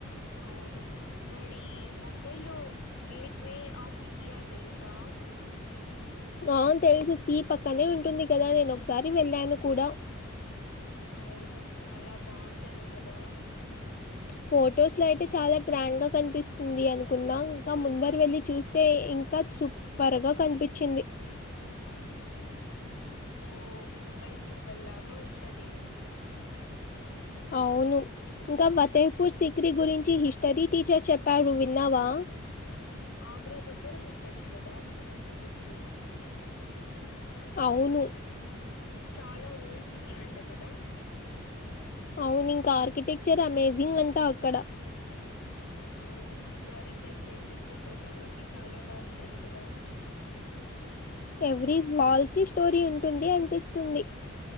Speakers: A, on the left (about 75°); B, on the left (about 40°).
A: అవును మరి ముంబైలో గేట్ వే ఆఫ్ ఇండియా తెలుసా
B: అవును తెలుసు సీ పక్కనే ఉంటుంది కదా నేను ఒకసారి వెళ్ళాను కూడా
A: అవును చాలా బావుంటాది కదా
B: ఫొటోస్ లో అయితే చాలా గ్రాండ్ గా కనిపిస్తుంది అను కున్నాం ఇంకా
A: ముంబై
B: ముందర వెళ్ళలి చూస్తే ఇంకా సుప్పర్గా కనిపించింది
A: ఓ ముంబై సింబల్ లాగా ఉంటది
B: అవును ఇంకా ఫతేఫూర్ సిక్రిీ గురించి హిస్టరీ టీచర్ చెప్పారు విన్నవా
A: ఆగ్రా దగ్గర ఉంటది కదా విన్నట్లు గుర్తు
B: అవును
A: చాలా ఓల్డ్ సిటీ అంట కదా
B: అవును ఇంక ఆర్కిటెక్చర్ అమేజింగ్ అంటా అక్కడ
A: అవును హిస్టారికల్ ప్లేసెస్ లో ఫోటోగ్రఫీ చాలా బావుంటది కదా
B: ఎవ్రీ వాల్ కి స్టోరీ ఉంటుంది అనిపిస్తుంది